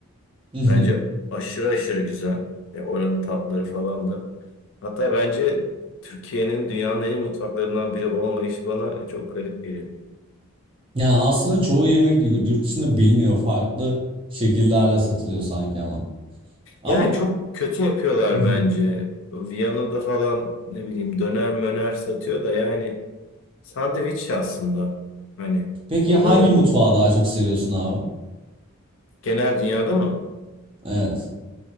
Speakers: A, on the right; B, on the left.
A: Hı
B: Bence
A: hı.
B: aşırı aşırı güzel. Ya oranın tatları falan da. Hatta bence Türkiye'nin dünyanın en iyi mutfaklarından biri olmayışı bana çok garip geliyor.
A: Yani aslında çoğu yemek yu- yurt dışında biliniyor farklı şekillerle satılıyor sanki ama. Ama
B: Yani çok kötü yapıyorlar
A: hı hı.
B: bence. Viyana'da falan ne bileyim döner möner satıyor da yani sandviç aslında. Hani
A: Peki
B: onların
A: hangi mutfağı daha çok seviyorsun abi?
B: genel dünyada mı?
A: Evet.